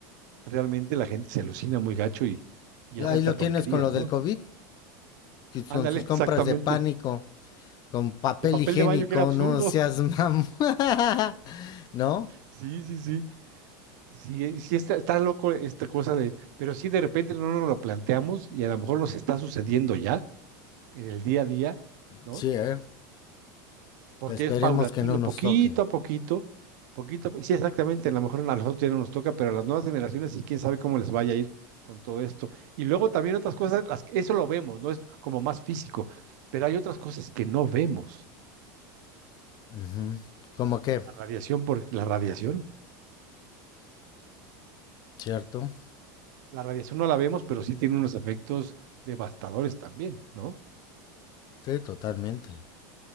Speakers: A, on the right; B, on the left.
A: realmente la gente se alucina muy gacho y, y hace
B: Ahí
A: hasta
B: lo
A: tonterías,
B: tienes con lo del
A: ¿no?
B: COVID,
A: Ándale,
B: con sus
A: <laughs>
B: compras
A: exactamente.
B: de pánico, con papel
A: El papel
B: higiénico,
A: de baño que era absurdo.
B: no seas mam... <laughs> ¿No?
A: Sí, sí, sí. Sí, sí está, está loco esta cosa de, pero sí de repente no nos lo planteamos y a lo mejor nos está sucediendo ya en el día a día, ¿no?
B: Sí, ¿eh?
A: porque
B: Esperemos
A: es paulatino,
B: que no nos
A: poquito
B: toque.
A: a poquito, poquito a po- Sí, exactamente, a lo mejor a nosotros ya no nos toca, pero a las nuevas generaciones sí, quién sabe cómo les vaya a ir con todo esto. Y luego también otras cosas, las, eso lo vemos, ¿no? Es como más físico, pero hay otras cosas que no vemos.
B: Ujú. ¿Cómo que?
A: La radiación, por, la radiación,
B: ¿Cierto?
A: la radiación no la vemos, pero sí tiene unos efectos devastadores también, ¿no?
B: Sí, totalmente.